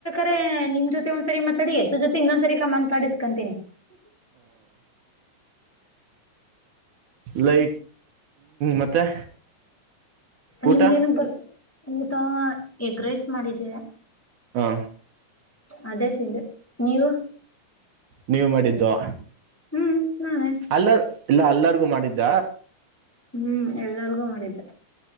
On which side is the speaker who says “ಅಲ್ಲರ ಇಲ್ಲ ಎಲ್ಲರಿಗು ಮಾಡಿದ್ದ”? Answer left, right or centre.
Right